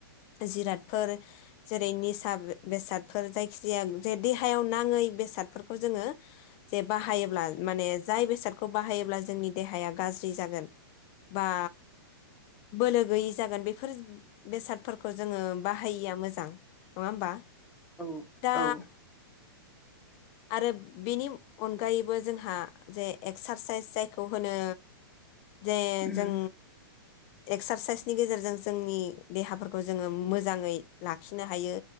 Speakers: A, on the left; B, in the centre.
A: जिरादफोर जेरै निस सार बेसादफोर जायखि जाया जे देहायाव नांङै बेसादफोरखौ जोंङो जे बाहायोब्ला माने जाय बेसाद खौ बाहायोब्ला जोंनि देहाया गाज्रि जागोन बा बोलो गैयि जागोन बेफोर बेसाद फोरखो जोंङो बाहायिया मोजां जां नंङा होमबा
B: औ
A: दा
B: औ
A: आरो बेनि अनगायैबो जोंहा जे एक्सार साइस जायखौ होनो जे
B: उम
A: जों एक्सार साइसनि गेजेरजों जोंनि देहाफोरखौ जोङो मोजाङै लाखिनो हायो